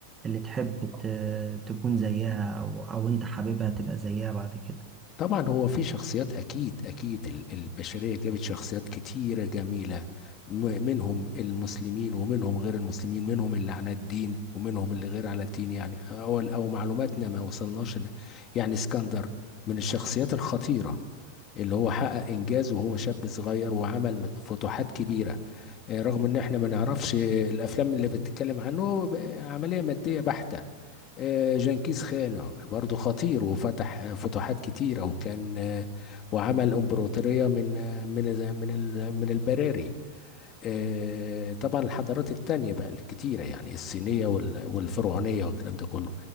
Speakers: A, on the right (about 20°); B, on the left (about 30°).
A: اللي تحب ت- تكون زيها او او انت حاببها تبقى زيها بعد كده
B: طبعا هو في شخصيات اكيد اكيد ال- البشريه جابت شخصيات كتيره جميله م- منهم المسلمين ومنهم غير المسلمين منهم اللي على الدين ومنهم اللي غير على الدين يعني او او معلوماتنا ما وصلناش إن- يعني اسكندر من الشخصيات الخطيره اللي هو حقق انجاز وهو شاب صغير وعمل م- فتوحات كبيره آه، رغم ان احنا ما نعرفش آه، الافلام اللي بتتكلم عنه آه، عمليه ماديه بحته آه، جنكيز خان برضه خطير وفتح فتوحات كتيرة وكان آه، وعمل امبراطورية من آه، من من ال- من البراري آه، طبعا الحضارات التانية بقى الكتيرة يعني الصينية وال- والفرعونية والكلام ده كله